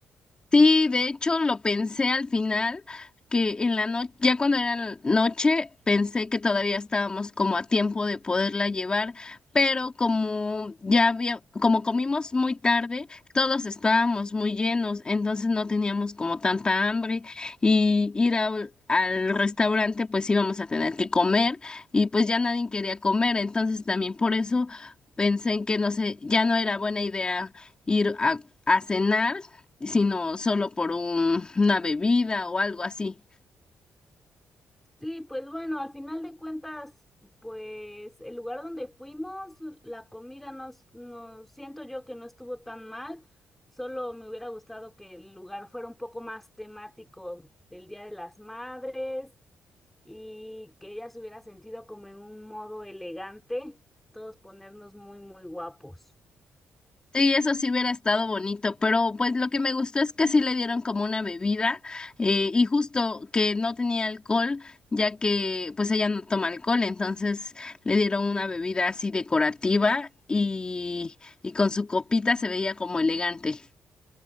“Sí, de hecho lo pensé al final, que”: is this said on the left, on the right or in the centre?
Left